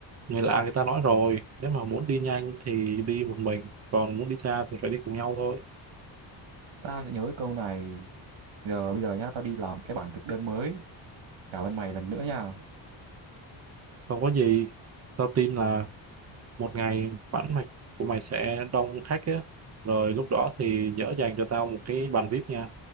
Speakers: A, on the right; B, on the right.
A: người lạ người ta nói rồi nếu mà muốn đi nhanh thì đi một mình còn muốn đi xa thì phải đi cùng nhau thôi
B: Tao sẽ nhớ cái câu này. Giờ bây giờ nhá, tao đi làm cái bảng thực đơn mới. Cảm ơn mày lần nữa nha.
A: không có gì tao tin là một ngày bản mạch của mày sẽ đông khách á rồi lúc đó thì nhớ dành cho tao một cái bàn VIP nha